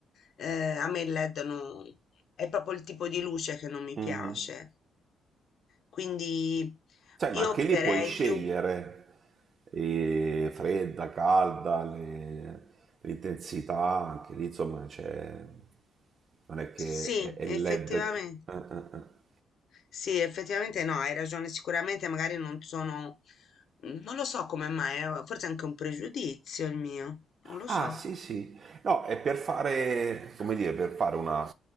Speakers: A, on the left (about 65°); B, on the right (about 50°).
A: eh, a me il LED non, è proprio il tipo di luce che non mi
B: mhm.
A: piace, quindi
B: Sai,
A: io
B: ma anche
A: opterei
B: lì puoi scegliere
A: più,
B: eh, fredda, calda, le- l'intensità, anche lì insomma c'è. Non è che
A: sì,
B: è è
A: effettivamente.
B: LED. eh, eh, eh.
A: Sì, effettivamente no, hai ragione, sicuramente magari non sono, non lo so come mai, eh, forse è anche un pregiudizio il mio, non lo
B: Ah,
A: so.
B: sì, sì. No, è per fare, come dire, per fare una...